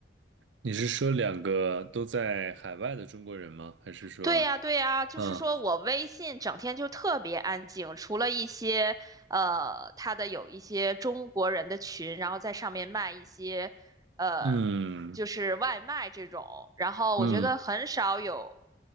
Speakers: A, on the right; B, on the right.
A: 你是说两个都在海外的中国人吗？还是说，
B: 对呀，对呀，就是说我微信整天就特别安静，
A: 嗯
B: 除了一些呃，他的有一些中国人的群，然后在上面卖一些呃，
A: 嗯
B: 就是外卖这种，然后我觉得很少有，
A: 嗯